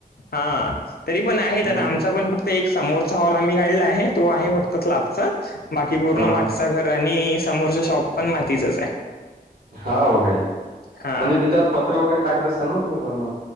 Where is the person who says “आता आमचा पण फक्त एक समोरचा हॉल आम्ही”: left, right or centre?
Left